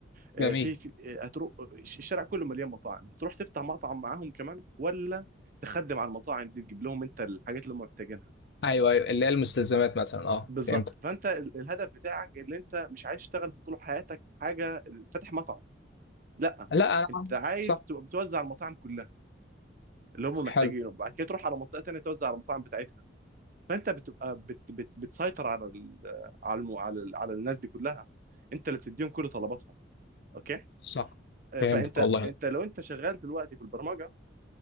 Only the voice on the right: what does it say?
آه،
في, في آه، هتروح الش- الشارع كله مليان مطاعم هتروح تفتح مطعم معاهم كمان ولا تخدم على المطاعم دي تجيب لهم انت الحاجات اللي هم محتاجينها
بالظبط
فانت ال- الهدف بتاعك اللي انت مش عايز تشتغل طول حياتك في حاجه فاتح مطعم لا
انت عايز
تبقى بتوزع على المطاعم كلها اللي هم محتاجينه
بعد كده تروح على منطقه تانية توزع على المطاعم بتاعتها فانت بتبقى بت بت بتسيطر على ال على الم على, ال على الناس دي كلها انت اللي بتديهم كل طلباتهم اوكي
آه،
فانت
انت لو انت شغال دلوقتي في البرمجه